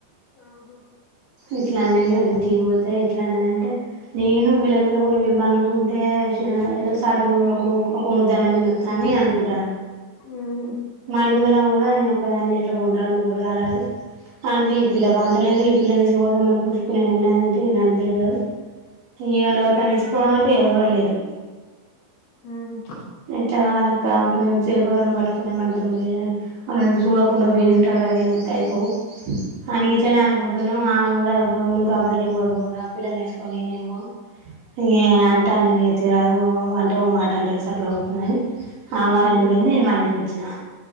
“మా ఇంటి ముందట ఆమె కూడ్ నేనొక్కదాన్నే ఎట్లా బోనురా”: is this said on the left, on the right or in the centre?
Right